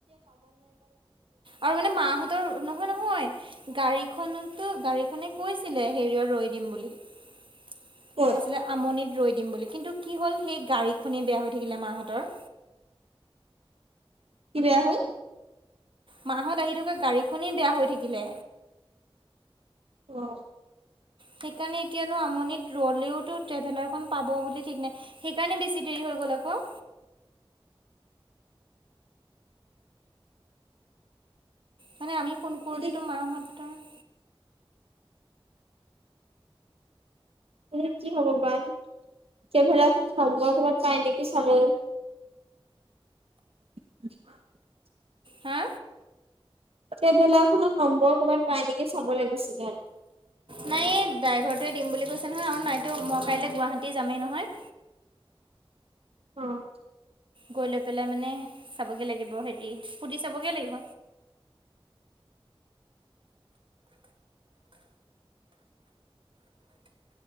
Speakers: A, on the right; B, on the right.
A: আৰু মানে মাহঁতৰ নহয়, নহয় গাড়ীখনত টো গাড়ীখনে কৈছিলে হেৰিয়ত ৰৈ দিম বুলি। কি
B: ক'ত
A: আছিলে আমনিত ৰৈ দিম বুলি কিন্তু কি হ'ল সেই গাড়ীখনেই বেয়া হৈ থাকিলে মাহঁতৰ।
B: কি বেয়া হ'ল?
A: মাহঁত আহি থকা গাড়ীখনেই বেয়া হৈ থাকিলে।
B: অ'।
A: সেইকাৰণে এতিয়ানো আমনিত ৰ'লেও টো ট্ৰেভেলাৰ খন পাব বুলি ঠিক নাই সেইকাৰণে বেছি দেৰি হৈ গ'ল আকৌ। মানে আমি ফোন কৰোতেটো
B: এতিয়া
A: মাহঁতৰ <inaudible>
B: তুমি কি হ'ব বা ট্ৰেভেলাৰ খন ক'বাত পায় নেকি চাব <inaudible>
A: হা?
B: ট্ৰেভেলাৰ খনৰ নম্বৰ ক'বাত পাই নেকি চাব লাগিছিলে।
A: নাই ড্ৰাইভাৰটোৱে দিম বুলি কৈছে নহয় আৰু নাইতো মই কাইলৈ গুৱাহাটী যামেই নহয়।
B: অ'।
A: গৈ লৈ পেলাই মানে চাবগৈ লাগিব হেৰি, সুধি চাবগে লাগিব।